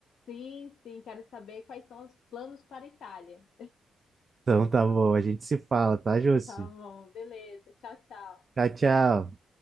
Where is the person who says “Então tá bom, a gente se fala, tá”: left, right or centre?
Right